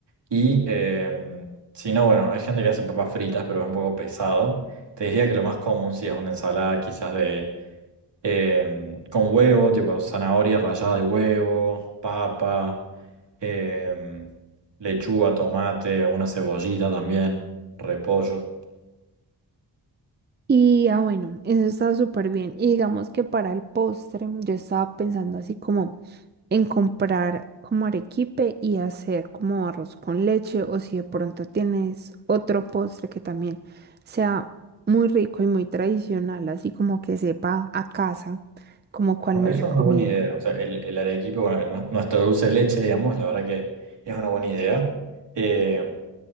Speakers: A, on the right; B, on the right.
A: Y em, si no, bueno, hay gente que hace papas fritas, pero es un poco pesado. Te diría que lo más común sí es una ensalada quizás de em, con huevo, tipo zanahoria rallada de huevo, papa, em, lechuga, tomate, alguna cebollita también, repollo.
B: Y ah, bueno, eso está súper bien. Y digamos que para el postre, yo estaba pensando así como en comprar como arequipe y hacer como arroz con leche, o si de pronto tienes otro postre que también sea muy rico y muy tradicional, así como que sepa a casa, como cuál
A: No,
B: me
A: Eso
B: recomienda.
A: es una buena idea. O sea, el, el arequipe, bueno, el nue- nuestro dulce de leche, digamos, la verdad que es una buena idea. Em,